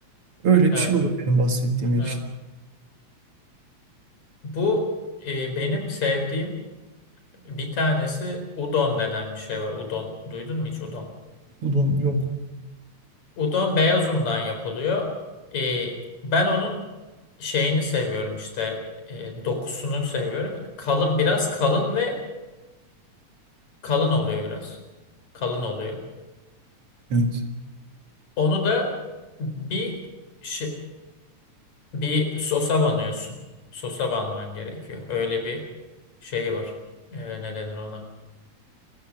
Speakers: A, on the right; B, on the left.
A: öyle
B: evet,
A: bir şey olur benim bahsettiğim erişte.
B: evet. Bu e, benim sevdiğim Bir tanesi udon denen bir şey var. Udon. Duydun mu hiç udon?
A: Udon yok.
B: Udon beyaz undan yapılıyor. Ee, ben onun şeyini seviyorum işte e, dokusunu seviyorum. Kalın biraz kalın ve kalın oluyor biraz. Kalın oluyor.
A: Evet.
B: Onu da bir şey, bir sosa banıyorsun. Sosa banman gerekiyor. Öyle bir şey var. Ee, ne denir ona?